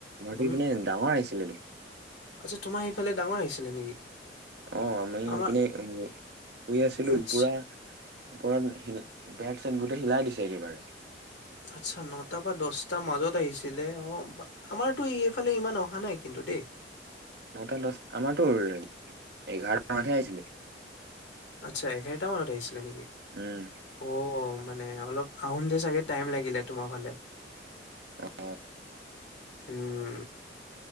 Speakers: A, on the right (about 60°); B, on the left (about 85°).
A: মাটি
B: ভূমি
A: পিনে ডাঙৰ আহিছিলেটো
B: আচ্ছা তোমাৰ সেইফালে ডাঙৰ আহিছিলে নেকি
A: অ আমিপিনে
B: আমাৰ
A: শুই আছিলো
B: আচ্ছা
A: পুৰা ওপৰত ব মাটি গোটেই হিলাই দিছে একেবাৰে
B: আচ্ছা নটাৰ পৰা দছটাৰ মাজত আহিছিলে অ আমাৰতো এইফালে ইমান অহা নাই কিন্তু দেই
A: নটা দছ আমাৰতোৰ এঘাৰটা মানতহে আহিছিলে
B: আচ্ছা এঘাৰটা মানত আহিছে নেকি
A: উম
B: অ মানে অলপ আহোন তে চাগে টাইম লাগিলে তোমাৰ ফালে
A: অ
B: উম